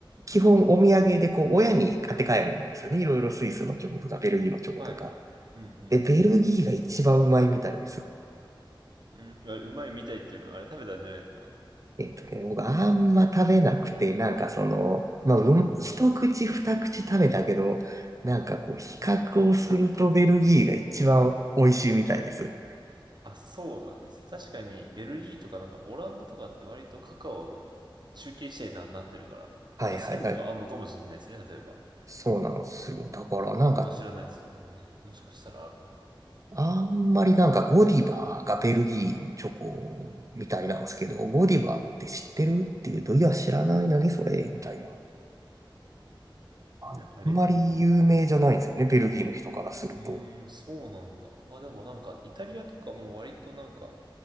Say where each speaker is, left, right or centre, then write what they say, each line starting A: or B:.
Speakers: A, on the right (about 40°); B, on the right (about 55°).
A: 基本お土産でこう親に買って帰るんですよね。いろいろスイスのチョコとかベルギーのチョコとか。
B: はい。うん、
A: で、ベルギーが一番うまいみたいです。
B: うん。うん、あれ、うまいみたいっていうのは、あれ食べたんじゃないですか
A: えっとね、僕あんま食べなくて、なんかその、まあ、うん、
B: うん
A: 一口二口食べたけど、なんかこう比較をするとベルギーが一番美味しいみたいです。
B: あ、そうなんですね。確かに、ベルギーとかなんかオランダとかって割とカカオの中継地点にな、なってるから、
A: はいはいはい。
B: なんか鮮度があるのかもしれないですね、例えば。
A: そうなんですよ。だからなんか、
B: 自分は知らないですけど、全然。もしかしたらあるかも。
A: あんまりなんかゴディバがベルギーのチョコみたいなんですけど、ゴディバって知ってるっていうと、
B: うん
A: いや知らない、何それみたいな。
B: うん。
A: あんまり有名じゃないんですよね、
B: あれう
A: ベルギーの人からすると。
B: ーん、そうなんだ。まあでもなんか、イタリアとかも割となんか、